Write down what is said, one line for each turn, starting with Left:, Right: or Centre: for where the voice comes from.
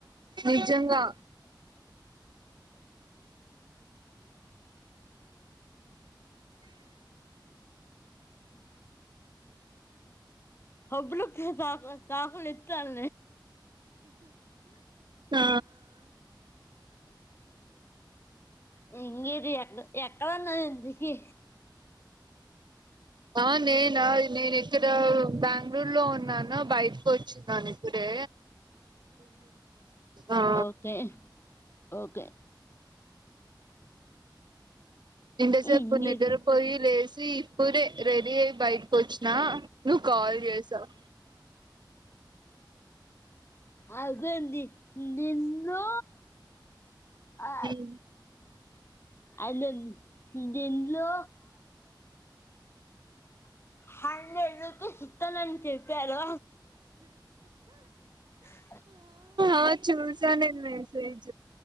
Right: నిజంగా
Left: అబ్ తా తాకలు ఎత్తాల
Right: ఆ
Left: ఆ ఇంగేటి ఎక్క ఎక్కడున్నావింతకి
Right: ఆ నేనా నేనిక్కడ బెంగళూరు లో ఉన్నాను బయటకు వచ్చినాను ఇక్కడే ఆ
Left: ఓకే ఓకే
Right: నింట చెప్పు
Left: ఇంకేది
Right: నిద్దర పోయిలే ఇప్పుడే రెడీ అయ బైటికొచ్చినా నువ్వు కాల్ చేసావు
Left: ఆ <inaudible> నిన్ను ఆ
Right: ఉమ్.
Left: అ దీంట్లో హం ఎదతే సత్తనని చెప్పారు ఆ
Right: ా చూసానే మెసజ